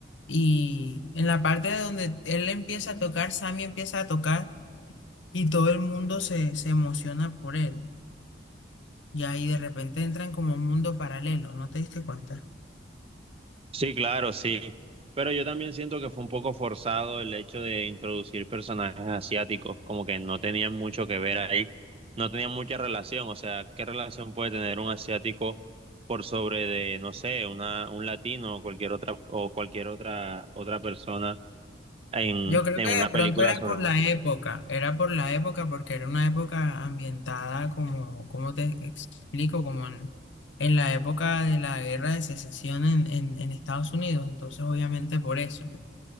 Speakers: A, on the left; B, on the right.
A: y en la parte de donde él empieza a tocar, Sammy empieza a tocar y todo el mundo se, se emociona por él. Y ahí de repente entran como un mundo paralelo, ¿no te diste cuenta?
B: Sí, claro, sí. Pero yo también siento que fue un poco forzado el hecho de introducir personajes asiáticos, como que no tenían mucho que ver ahí, no tenían mucha relación. O sea, ¿qué relación puede tener un asiático por sobre de, no sé, una, un latino o cualquier otra, o cualquier otra, otra persona en,
A: Yo creo
B: en
A: que
B: una
A: de pronto
B: película
A: era
B: sobre
A: por
B: música?
A: la época, era por la época porque era una época ambientada como, cómo te explico, como en, en la época de la guerra de secesión en, en, en Estados Unidos, entonces obviamente por eso.